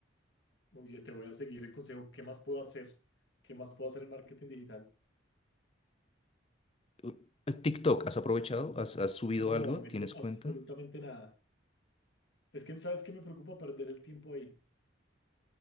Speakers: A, on the left (about 65°); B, on the left (about 30°).
A: Muy bien, te voy a seguir el consejo. ¿Qué más puedo hacer? ¿Qué más puedo hacer en marketing digital?
B: U- TikTok, ¿has aprovechado? ¿Has, has subido
A: No,
B: algo?
A: no he
B: ¿Tienes
A: hecho
B: cuenta?
A: absolutamente nada. Es que, ¿sabes qué? Me preocupa perder el tiempo ahí.